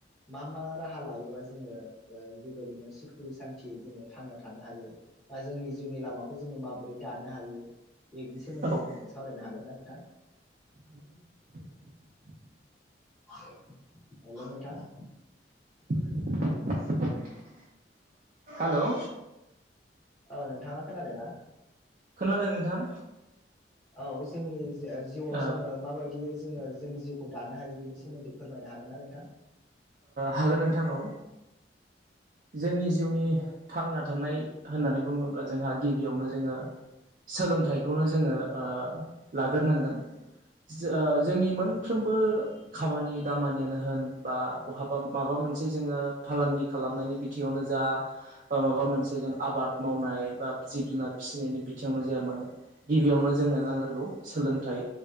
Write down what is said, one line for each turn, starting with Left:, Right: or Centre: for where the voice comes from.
Left: मा मा राहा लायोबा जोङो ओ बेबायदिनो सिख्सुय सान्थियै जोङो थांना थानो हायो बा जोंनि जिउनि लामाखौ जोङो माबोरै दानो हायो बेनि सोमोन्दै
Right: औ औ
Left: जोङो सावरायनो हागोन ना नों दा।
Right: <inaudible>
Left: हेल' नोंथां
Right: <inaudible> हेल'
Left: औ नोंथाङा खोनादों ना
Right: खोनादों नोंथां
Left: औ जोंनि जिउआव
Right: ओ
Left: जोङो माबायदि जोङो जोंनि जिउखौ दानो हायो बेनि सोमोन्दै फोरमायनो हागोन ना नोंथां?
Right: हागोन नोंथां औ।
Left: <inaudible>
Right: जोंनि जिउनि थांना थानाय होननानै बुङोब्ला जोंहा गिबियावनो जोङो सोलोंथाइखौनो जोङो ओ लाग्रोनांगोन ओ जोंनि मोनफ्रोमबो खामानि दामानियानो होन बा बहाबा माबा मोनसे जोङो फालांगि खालामनायनि बिथिङावनो जा बा माबा मोनसे जों आबाद आबाद मावनाय बा जिब जुनार फिसिनायनि बिथिङावनो जाया मानोे गिबियावनो जोंनो नांगोरगौ सोलों थाइ